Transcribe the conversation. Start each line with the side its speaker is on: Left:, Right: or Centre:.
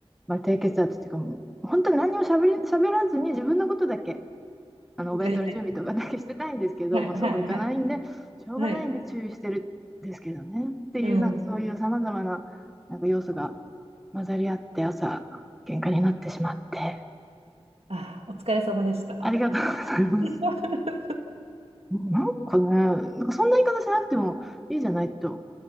Centre: まあ、低血圧っていうかもう、本当に何もしゃべり、しゃべらずに自分のことだけ、あのお弁当の準備とかだけしてたいんですけど、
Right: やりたい。はい。
Centre: まあ、
Right: はい。
Centre: そうもいかないんで、
Right: はい。
Centre: しょうがないんで注意してるんですけどね。
Right: はい。
Centre: っていう、
Right: うん。
Centre: なんかそういうさまざまな、なんか要素が混ざり合って、朝、喧嘩になってしまって。
Right: ああ、お疲れ様でした。
Centre: ありがとうございます。
Right: <laughs>
Centre: なんかね、なんかそんな言い方しなくてもいいじゃないと